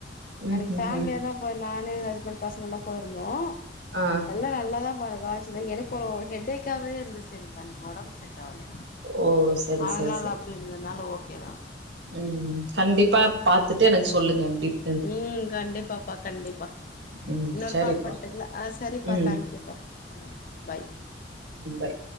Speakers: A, on the left; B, on the right.
A: நா
B: ம்
A: இன்னக்
B: ம்
A: ஃபேம்லியாதா
B: ம்
A: போயிர் நானு எங் ஹஸ்பண்ட் பசங்கள்லா போயிருந்தோ
B: அ
A: எல்லா நல்லாதா பாரு காவிச்சுத எனுக்கு ஒரு ஹெட்டேக்காவே இருந்துச்சு எனக்கு அன்னக் ஒடம் செரி டவுல
B: ஓ சரி
A: அதனால
B: சரி சரி
A: அப்டி இர்ந்துதுனால ஓகேதா
B: ம் ம் கண்டிப்பா பாத்துட்டு எனக் சொல்லுங்க அப்டிற்
A: ம் கண்டிப்பாப்பா கண்டிப்பா
B: ம்
A: இன்னொரு
B: சரிப்பா
A: கால் பண்ட்டுங்ளா அ சரிப்பா
B: ம்
A: தேங்கயூபா ம் பாய்
B: ம் பாய்